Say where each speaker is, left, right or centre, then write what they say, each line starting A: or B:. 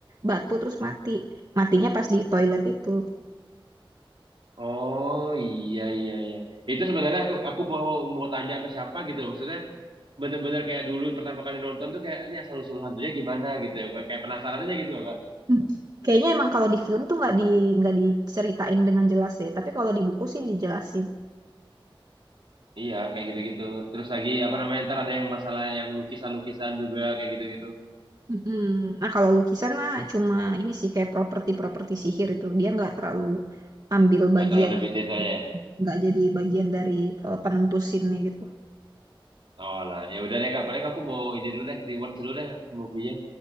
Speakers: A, on the right (about 45°); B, on the right (about 65°).
A: batu terus mati. Matinya pas di toilet itu.
B: Oh, iya iya iya. Itu sebenarnya aku aku mau mau tanya ke siapa gitu. Maksudnya bener-bener kayak dulu pertama kali nonton tuh kayak ini asal usul hantunya gimana gitu ya. Kayak penasaran aja gitu loh, Kak.
A: Hmm. Kayaknya emang kalau di film tuh nggak di nggak diceritain dengan jelas deh. Tapi kalau di buku sih dijelasin.
B: Iya, kayak gitu-gitu. Terus lagi apa namanya ntar ada yang masalah yang lukisan-lukisan juga kayak gitu-gitu.
A: Mm-mm. Nah kalau lukisan mah cuma ini sih kayak properti-properti sihir itu dia nggak terlalu ambil
B: Nggak
A: bagian
B: terlalu lebih detail detailnya ya.
A: nggak jadi bagian dari eh, penentu scene-nya gitu.
B: Oh lah, ya udah deh Kak. Paling aku mau ini dulu deh, reward dulu deh movie-nya.